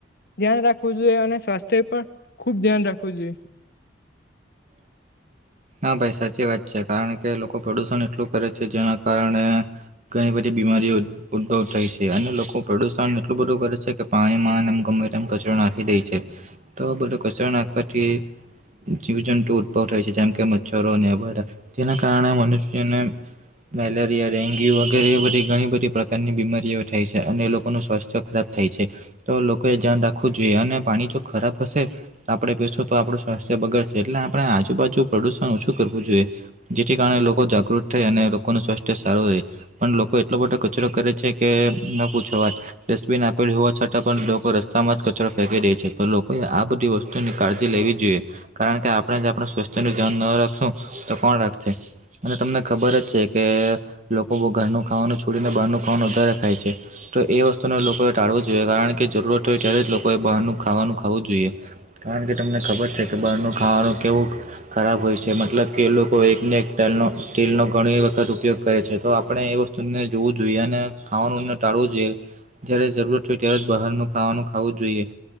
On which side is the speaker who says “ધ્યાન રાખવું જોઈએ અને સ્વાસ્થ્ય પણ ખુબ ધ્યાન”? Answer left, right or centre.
Left